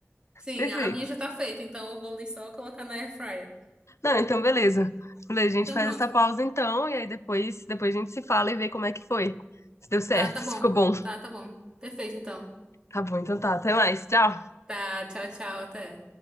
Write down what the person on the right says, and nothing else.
Sim,
a minha já tá feita, então eu vou ali só colocar na air fryer.
Então,
pronto.
Tá, tá
bom.
Tá, tá bom. Perfeito, então.
Tá, tchau, tchau, até.